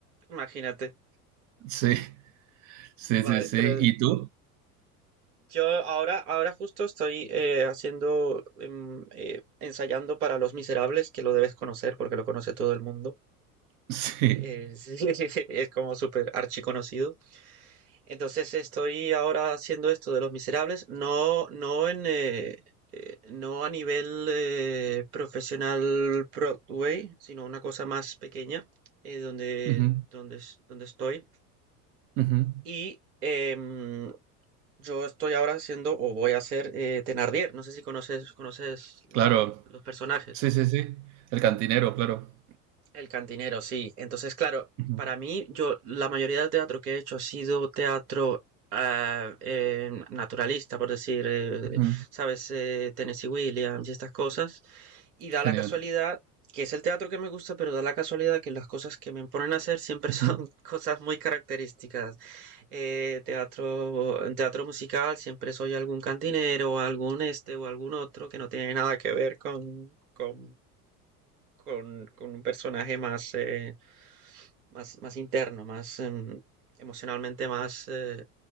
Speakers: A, on the right; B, on the right.
A: Imagínate.
B: Sí, sí,
A: Vale,
B: sí, sí.
A: pero
B: ¿Y tú? <laughs>
A: Yo ahora, ahora justo estoy eh, haciendo, em, eh, ensayando para Los Miserables, que lo debes conocer porque lo conoce todo el mundo.
B: Sí.
A: Eh, <laughs> sí, sí, sí, es como súper archiconocido. Entonces estoy ahora haciendo esto de Los Miserables, no, no en, eh, eh, no a nivel eh, profesional Broadway, sino una cosa más pequeña, eh, donde,
B: Ujú,
A: donde, donde estoy.
B: ujú.
A: Y em, Yo estoy ahora haciendo, o voy a hacer, eh, Thénardier. No sé si conoces, conoces la-
B: Claro,
A: los personajes.
B: sí, sí, sí. El cantinero, claro.
A: El cantinero, sí. Entonces, claro,
B: Ujú,
A: para mí, yo la mayoría del teatro que he hecho ha sido teatro ah, eh, naturalista, por decir, eh,
B: ujú.
A: ¿sabes? Eh, Tennessee Williams y estas cosas. Y da
B: Genial.
A: la casualidad que es el teatro que me gusta, pero da la casualidad que las cosas que me ponen a hacer siempre
B: Ujú.
A: son <laughs> cosas muy características. Eh, teatro, en teatro musical siempre soy algún cantinero, algún este o algún otro que no tiene nada que ver con, con con, con un personaje más, eh, más, más interno, más em, emocionalmente más eh,